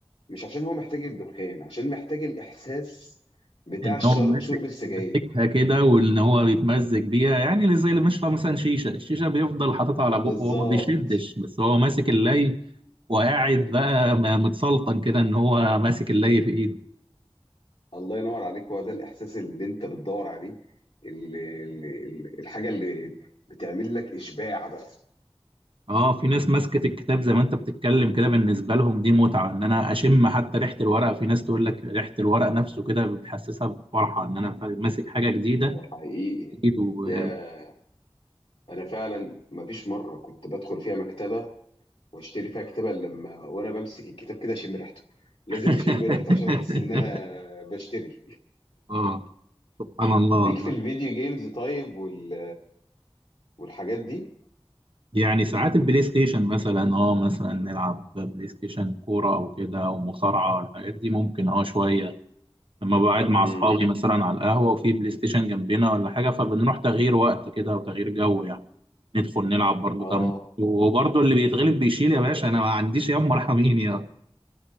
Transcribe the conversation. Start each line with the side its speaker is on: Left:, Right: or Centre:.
Left: مش عشان هو محتاج الدخان عشان محتاج الاحساس بتاع
Right: ان
Left: الشر-
Right: هو ماسك
Left: شرب السجاير
Right: ماسكها كده وان هو بيتمزج بيها يعني زي اللي بيشرب مثلا شيشه الشيشه بيفضل حاططها على بقه
Left: بالظبط
Right: هو ما بيشدش بس هو ماسك اللي وقاعد بقى م- متسلطن كده ان هو ماسك اللي في ايده
Left: الله ينور عليك هو ده الاحساس اللي انت بتدور عليه ال- ال- ال- الحاجه اللي بتعمل لك اشباع بقى
Right: اه في ناس ماسكة الكتاب زي ما انت بتتكلم كده بالنسبة لهم دي متعة ان انا اشم حتى ريحة الورق في ناس تقول لك ريحة الورق نفسه كده بتحسسها بفرحة ان انا ف- ماسك حاجة جديدة
Left: حقيقي
Right: جديد و...
Left: يا انا فعلا ما فيش مره كنت بدخل فيها مكتبه واشتري فيها كتاب إلا لما وانا بمسك الكتاب كده اشم ريحته لازم
Right: <laughs>
Left: اشم ريحته عشان احس ان انا بشتري
Right: اه سبحان الله
Left: ليك
Right: والله
Left: في الفيديو جيمز طيب وال... والحاجات دي
Right: يعني ساعات البلاي ستيشن مثلا اه مثلا نلعب بلاي ستيشن كورة او كده او مصارعة الحاجات دي ممكن اه شوية لما بقعد مع
Left: امم
Right: اصحابي مثلا على القهوة وفي بلاي ستيشن جنبنا ولا حاجة فبنروح تغيير وقت كده وتغيير جو يعني ندخل نلعب برضو
Left: اه
Right: كام ماتش. وبرضو اللي بيتغلب بيشيل يا باشا انا ما عنديش ياما مرحمين يا